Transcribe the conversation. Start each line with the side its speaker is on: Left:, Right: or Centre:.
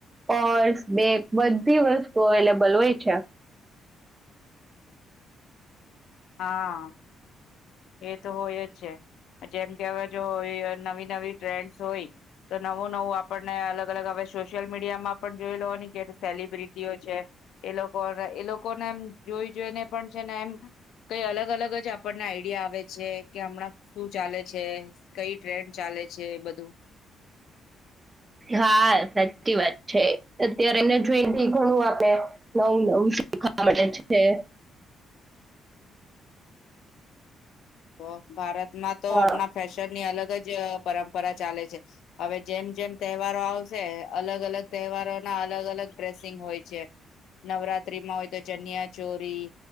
Right: પોર્સ બે બધી વસ્તુ અવેલેબલ હોય છે.
Left: હા એ તો હોય જ છે જેમ કે હવે જો નવી નવી ટ્રેન્ડસ હોય તો નવું નવું આપણને અલગ અલગ હવે સોશિયલ મીડિયામાં પણ જોઈ લવાની કે સેલિબ્રિટીઓ છે એ લોકોને એ લોકોને એમ જોઈ જોઈને પણ છે ને એમ કઈ અલગ અલગ જ આપણને આઈડિયા આવે છે કે હમણાં શું ચાલે છે કઈ ટ્રેન્ડ ચાલે છે એ બધું
Right: હા સાચી વાત છે અત્યારેને જોઈ ઘણું આપડ નવું નવું શીખવા મળે છે.
Left: તો ભારત માં તો
Right: હા
Left: હમણાં ફેશન ની અલગ ગ જ પરંપરા ચાલે છે હવે જેમ જેમ તહેવારો આવશે અલગ અલગ તહેવારો ના અલગ અલગ ડ્રેસિંગ હોય છે નવરાત્રીમાં હોય તો ચનિયા ચોરી